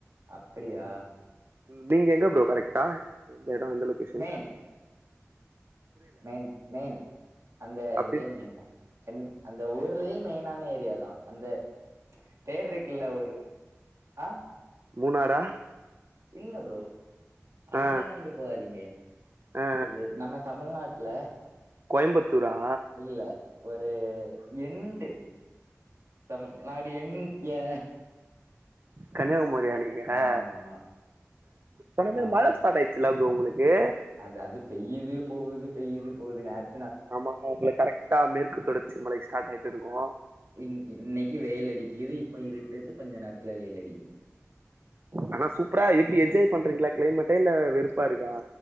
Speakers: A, on the right; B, on the right.
A: அப்படியா
B: நீங்க எங்க ப்ரோ கரெக்டா எடோ எந்த லொகேஷனு
A: மெயின் மெயின் மெயின் அந்த
B: அப்டின்னா
A: இதுலயே மெயின் தா சென் அந்த ஊர்லயே மெயினான ஏரியா தா அந்த பேர் இருக்குல்ல ஊரு ஆ
B: மூணாறா
A: இல்ல ப்ரோ அங்கலா
B: ஆ
A: நீங்க போகாதீங்க
B: ஆ
A: இது நம்ம தமிழ்நாட்ல
B: கோயம்பத் துரா
A: இல்ல ஒரு எண்டு தமிழ்நாடு என் ஏ
B: கன்னியாகுமாரியா நீங்க ஆ
A: ஆமா ஆமா
B: சொன்னமாரி
A: ஆமா
B: மழை ஸ்டார்ட் ஆயிச் சில ப்ரோ உங்களுக்கே
A: அது அது பெய்யுது போகுது பெய்யுது போகுது நேத்
B: ஆமாமா உங்கள கரெக்டா மேற்கு தொடர்ச்சிமழை ஸ்டார்ட் ஆயிட்டு இருக்கு
A: இ இன்னைக்கு வெயல் அடிக்கிது இப்ப இருட்டுது கொஞ்ச நேரத்துல வெயல் அடிக்குது
B: ஆனா சூப்ரா எப்டி என்ஜாய் பண்றீங்களா கிளைமேட்டே இல்ல வெறுப்பா இருக்கா